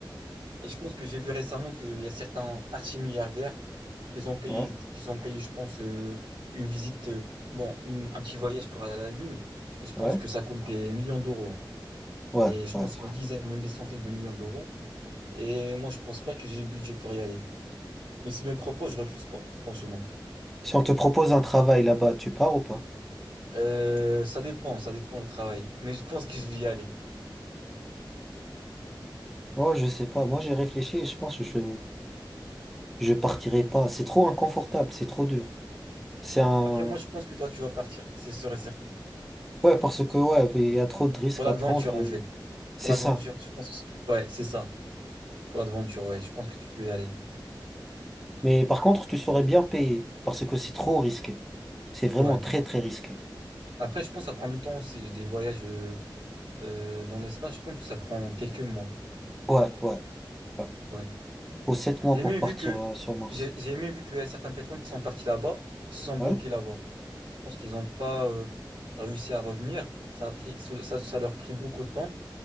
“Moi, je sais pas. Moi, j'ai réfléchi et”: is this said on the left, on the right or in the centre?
Centre